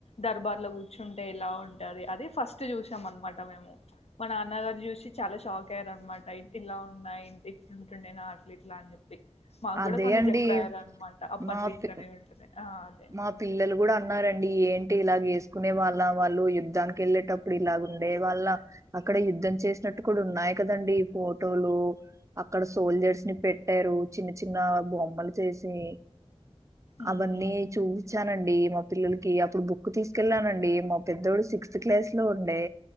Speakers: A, on the left (about 75°); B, on the right (about 30°).
A: దర్బార్లో కూర్చుంటే ఎలా ఉంటది అది ఫస్ట్ చూసాం అనమాట మేము మా నాన్నగారు చూసి చాలా షాక్ అయ్యారునమాట ఇట్ ఇలా ఉన్నాయి ఇంత ఇట్లుంటుండే నా అట్లు ఇట్లా అని చెప్పి మాకు కూడా
B: అదే
A: కొన్ని
B: అండి
A: చెప్పయారునమాట అప్ప
B: మా
A: అట్లు ఇట్లనే
B: పి
A: ఉంటుంది ఆ అదే
B: మా పిల్లలు కూడా అన్నారండి ఏంటి ఇలాగ వేసుకునే వాళ్ళ వాళ్ళు యుద్ధానికి వెళ్ళేటప్పుడు ఇలాగ ఉండే వాళ్ళ అక్కడ యుద్ధం చేసినట్టు కూడా ఉన్నాయి కదండడి ఫోటోలు అక్కడ సోల్జర్స్ ని పెట్టారు చిన్న చిన్న బొమ్మలు చేసి
A: ఉమ్.
B: అవన్నీ వచ్చానండి మా పిల్లలకి అప్పుడు బుక్ తీసుకెళ్లానండి మా పెద్దోడు సిక్స్త్ క్లాస్ లో ఉండే